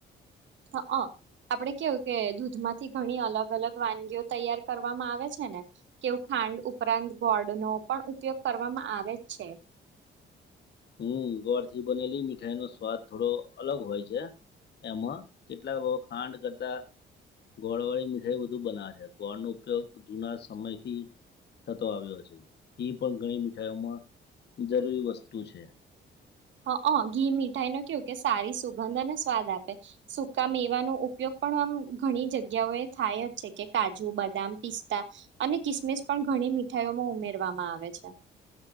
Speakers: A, on the right; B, on the left.
A: હા હ આપડે કેવું કે દૂધમાંથી ઘણી અલગ અલગ વાનગીઓ તૈયાર કરવામાં આવે છે ને કેવું ખાંડ ઉપરાંત ગોડ નો પણ ઉપયોગ કરવામાં આવે છે
B: હમ ગોળથી બનેલી મીઠાઈ નો સ્વાદ થોડો અલગ હોય છે એમાં કેટલાક લોકો ખાંડ કરતા ગોળવાળી મીઠાઈ બધુ બનાવે છે ગોળનો ઉપયોગ જૂના સમયથી થતો આવ્યો છે એ પણ ઘણી મીઠાઈઓમાં જરૂરી વસ્તુ છે
A: હા ઘી મીઠાઈ ન કેવું કે સારી સુગંધ અનેને સ્વાદ આપે સુકા મેવાનો ઉપયોગ પણ આમ ઘણી જગ્યાઓ એ થાય જ છે કે કાજુ બદામ પિસ્તા અને કિસમિસ પણ ઘણી મીઠાઈઓમાં ઉમેરવામાં આવે છે.